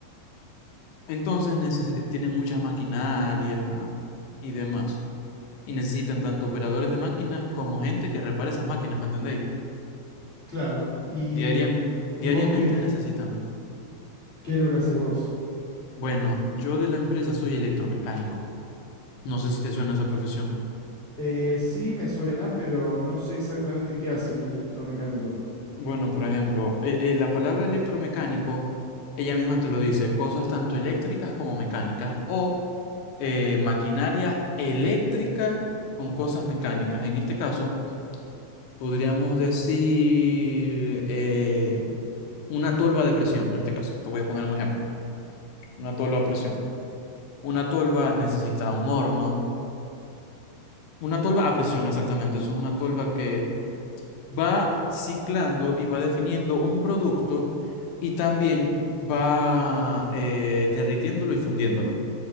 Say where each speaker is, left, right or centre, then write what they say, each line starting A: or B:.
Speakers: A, on the left; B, on the left.
A: Entonces neces- tienen muchas maquinarias ¿no? y demás. Y necesitan tanto operadores de máquina como gente que repare esas máquinas, ¿me entendéis?
B: Claro. ¿Y,
A: Diaria-
B: y
A: diariamente
B: vos qué es?
A: necesitan.
B: ¿Qué es lo que haces vos?
A: Bueno, yo de la empresa soy electromecánico. No sé si te suena esa profesión.
B: Eh, sí, me suena, pero no sé exactamente qué hace un electromecánico.
A: Bueno, por ejemplo, eh, eh, la palabra electromecánico, ella misma te lo dice, cosas tanto eléctricas como mecánicas o eh, maquinaria eléctrica con cosas mecánicas. En este caso... Podríamos decir eh, una tolva de presión, en este caso. Te voy a poner un ejemplo. Una tolva a presión. Una tolva necesita un horno. Una tolva a presión, exactamente. Eso es una tolva que va ciclando y va definiendo un producto y también va eh, derritiéndolo y fundiéndolo